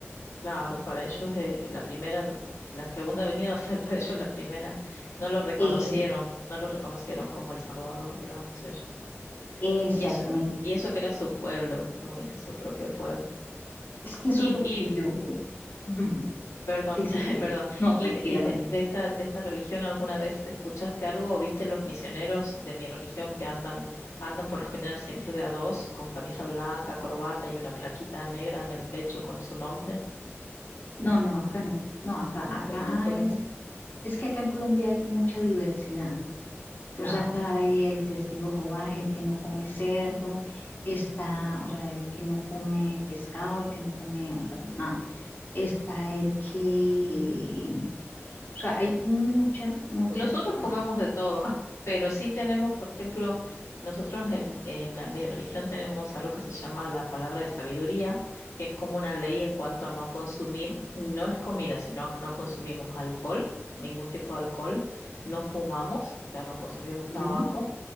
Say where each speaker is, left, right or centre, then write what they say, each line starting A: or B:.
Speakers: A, on the left; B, on the left.
A: claro, para ellos eh, la primera, la segunda venida va a ser <laughs> para ellos la primera. No lo reconocieron,
B: Eh,
A: no lo reconocieron como el Salvador, digamos, ellos.
B: exactamente.
A: Y eso, y eso que era su pueblo, como dice, su propio pueblo.
B: Es que eso
A: Y,
B: es lo
A: y,
B: que yo voy.
A: mm,
B: Ujú.
A: Perdón,
B: Sí, sí,
A: <laughs>
B: María.
A: perdón.
B: No,
A: ¿Y,
B: tranquila,
A: de, y
B: María.
A: de- de esta, de esta religión alguna vez escuchaste algo o viste los misioneros de mi religión que andan, andan por lo general siempre de a dos, con camisa blanca, corbata y una plaquita negra en el pecho con su nombre?
B: No, no, acá no. No, acá, acá
A: ¿Lo has visto en Colombia?
B: es, es que acá en Colombia hay mucha diversidad. Entonces
A: Claro.
B: acá hay el testigo de Jehová, es el que no come cerdo, está, o sea, el que no come pescado, el que no come, o sea, nada. Está el que, o sea, hay mucha, mucha,
A: Nosotros
B: o sea,
A: comemos de todo, <laughs> pero sí tenemos, por ejemplo, nosotros en, en la- mi religión tenemos algo que se llama la palabra de sabiduría, que es como una ley en cuanto a no consumir, no es comida, sino que no consumimos alcohol, ningún tipo de alcohol, no fumamos, o sea, no consumimos tabaco
B: ujú.